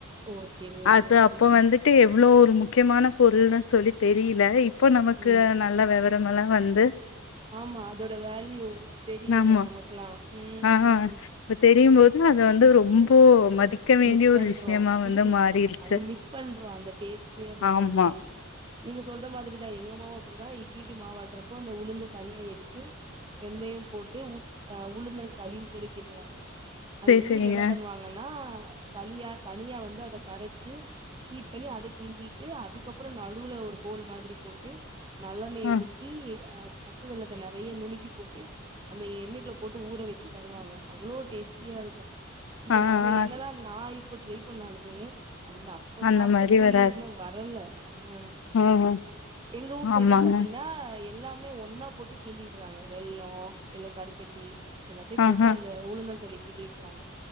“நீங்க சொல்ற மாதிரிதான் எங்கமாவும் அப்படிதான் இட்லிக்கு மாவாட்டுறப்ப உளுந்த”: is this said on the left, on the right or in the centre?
Right